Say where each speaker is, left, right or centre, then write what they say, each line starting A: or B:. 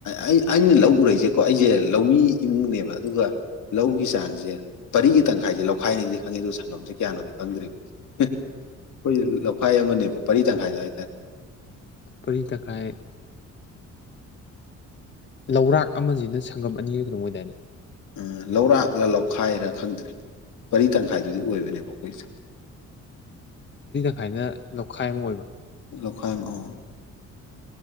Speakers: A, on the left (about 75°); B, on the left (about 35°).
A: ꯑꯩ ꯑꯩꯅ ꯂꯧ ꯎꯔꯛꯏꯁꯦꯀꯣ ꯑꯩꯁꯦ ꯂꯧꯃꯤ ꯏꯃꯨꯡꯅꯦꯕ ꯑꯗꯨꯒ ꯂꯧꯒꯤ ꯆꯥꯡꯁꯦ ꯄꯔꯤꯒꯤ ꯇꯪꯈꯥꯏꯁꯦ ꯂꯧꯈꯥꯏꯅꯤꯗꯤ ꯈꯪꯉꯤ ꯑꯗꯨꯗꯣ ꯁꯪꯒꯝꯁꯦ ꯀꯌꯥꯅꯣꯗꯤ ꯈꯪꯗꯦꯔꯤꯕꯕ ꯑꯩꯈꯣꯏ ꯂꯧꯈꯥꯏ ꯑꯃꯅꯦꯕ ꯄꯔꯤ ꯇꯪꯈꯥꯏꯗ ꯍꯥꯏꯇꯥꯔꯦ
B: ꯄꯔꯤ ꯇꯥꯏ ꯂꯧꯔꯥꯛ ꯑꯃꯁꯤꯅ ꯁꯪꯒꯝ ꯑꯅꯤꯔ ꯀꯩꯅꯣ ꯑꯣꯏꯗꯥꯏꯅꯦ
A: ꯎ ꯂꯧꯔꯥꯛꯂ ꯂꯧꯈꯥꯏꯔ ꯈꯪꯗ꯭ꯔꯦ ꯄꯔꯤ ꯇꯪꯈꯥꯏꯗꯨꯗꯤ ꯑꯣꯏꯕꯅꯦꯕ ꯑꯩꯈꯣꯏꯁꯦ
B: ꯑꯗꯨꯃꯥꯏꯅ ꯂꯧꯈꯥꯏ ꯑꯃ ꯑꯣꯏꯕ
A: ꯂꯣꯈꯥꯏꯃ